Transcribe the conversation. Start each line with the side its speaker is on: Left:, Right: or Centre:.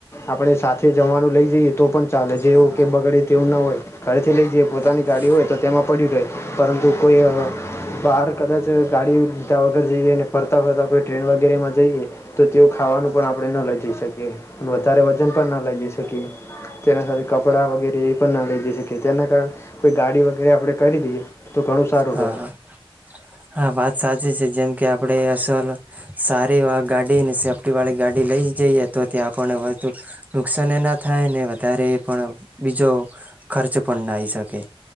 Left: આપણે સાથે જમવાનું લઈ જઈએ તો પણ ચાલે
Right: હા
Left: જેવું કે બગડે તેવું ના હોય ક થી લઈ જ
Right: હા
Left: પોતાનીાડી
Right: હા
Left: હોય તો તેમાં પડી રહે પરંતુ કોઈ બહાર કદાચ ગાડીીધા વગર જઈએ અને ફરતા ફરતા કોઈ ટ્રેન વગેરે માં જઈએ તો તેઓ ખાવાનું
Right: હા
Left: પણ
Right: હા
Left: આપણે ન લ જઈ શકીએ વધારે વજન પણ ના લઈ જઈ શકીએ તેના
Right: હા
Left: સાથે કપડાં વગેરે એ પણ ના લઈ જઈ શકીએ તેના કારણે કોઈ ગાડી વગેરે આપણે કરી દઈએ તો ઘણું સારું
Right: હા
Left: રહે
Right: હા હા વાત સાચી છે જેમ કે આપણે અસલ સારી ગાડીને સેફ્ટી વાળી ગાડી લઈ જઈએ તો ત્યાં આપણને વધુ નુકસાન એ ના થાય ને વધારે એ પણ બીજો ખર્ચ પણ ના આવી શકે